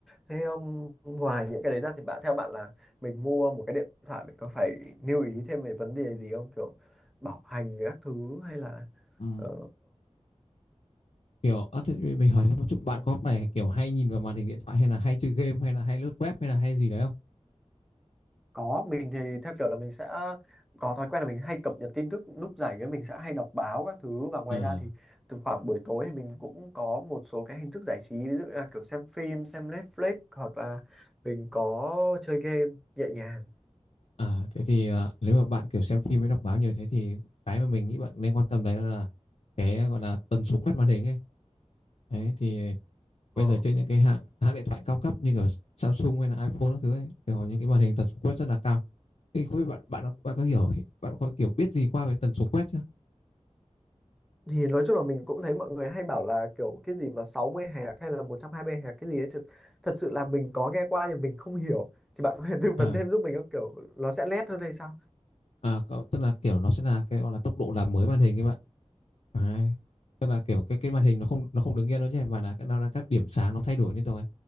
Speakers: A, in the centre; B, on the left (about 65°).
A: thế um, ngoài những cái đấy ra thì bạn theo bạn là mình mua một cái điện thoại mình có phải lưu ý thêm về vấn đề gì không kiểu bảo hành các thứ hay là
B: ừ.
A: ờ
B: kiểu à, thế mình hỏi thêm một chút bạn có phải kiểu hay nhìn vào màn hình điện thoại hay là hay chơi game hay là hay lướt web hay là hay gì đấy không
A: Có, mình thì theo kiểu là mình sẽ có thói quen là mình hay cập nhật tin tức lúc rảnh ấy mình sẽ hay đọc báo các thứ và ngoài
B: à
A: ra thì từ khoảng buổi tối thì mình cũng có một số cái hình thức giải trí ví dụ như là kiểu xem phim, xem Netflix hoặc là mình có chơi game nhẹ nhàng.
B: À, thế thì à, nếu mà bạn kiểu xem phim với đọc báo nhiều thế thì cái mà mình nghĩ bạn nên quan tâm đấy là cái gọi là tần số quét màn hình ấy. Đấy thì
A: Ờ.
B: bây giờ trên những cái hãng hãng điện thoại cao cấp như kiểu Samsung hay là iPhone các thứ ấy thì họ những cái màn hình tần số quét rất là cao. Thì không biết bạn bạn có- bạn có hiểu bạn có kiểu biết gì qua về tần số quét chưa?
A: Thì nói chung là mình cũng thấy mọi người hay bảo là kiểu cái gì mà 60 hạt hay là 120 hạt cái gì ấy thực, thật sự là mình có nghe qua nhưng mình không hiểu thì bạn có thể tư
B: À
A: vấn thêm giúp mình không kiểu nó sẽ lét hơn hay sao?
B: à có- tức là kiểu nó sẽ là cái gọi là tốc độ làm mới màn hình ấy bạn. Đấy. Tức
A: Ừ.
B: là kiểu cái cái màn hình nó không nó không đứng yên đâu nhé mà là nó là các điểm sáng nó thay đổi liên tục ấy.